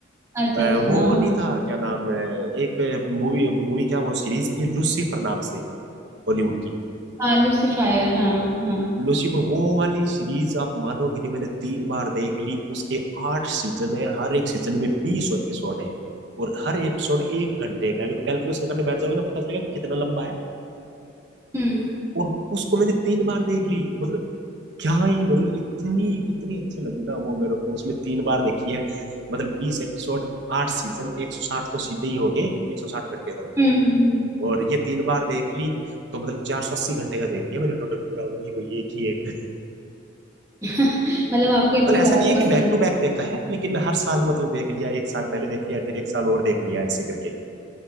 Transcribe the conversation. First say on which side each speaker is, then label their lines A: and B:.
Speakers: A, on the right (about 15°); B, on the right (about 60°).
A: अच्छा
B: अ, वो
A: सुनाओ
B: नहीं था क्या नाम है एक मूवी मूवी क्या वो सीरीज थी लूसीफर नाम से हॉलीवुड की
A: हाँ लूसीफायर हाँ हाँ
B: लूसीफर वो वाली सीरीज आप मानोगे नहीं मैंने तीन बार देख ली उसके आठ सीजन है हर एक सीजन में बीस एपिसोड है और हर एपिसोड एक घंटे का है। अगर कैलकुलेशन करने बैठ जाओगे ना पता चलेगा कितना लंबा है
A: हम्म
B: और उसको मैंने तीन बार देख ली मतलब क्या ही मतलब इतनी इतनी अच्छी लगी ना वो मेरे को उसमें तीन बार देखी है मतलब बीस एपिसोड आठ सीजन एक सौ साठ तो सीधे ही हो गए एक सौ साठ घंटे तो
A: हम्म हम्म, हम्म।
B: और ये तीन बार देख ली तो मतलब चार सौ अस्सी घंटे का देख लिया मैंने टोटल पूरा वही वही एक ही एक
A: <laughs> मतलब आपको इतनी
B: मतलब ऐसा
A: ज्यादा
B: नहीं है कि
A: पसंद
B: बैक टू बैक देखा है लेकिन हर साल मतलब देख लिया एक साल पहले देख लिया फिर एक साल और देख लिया ऐसे करके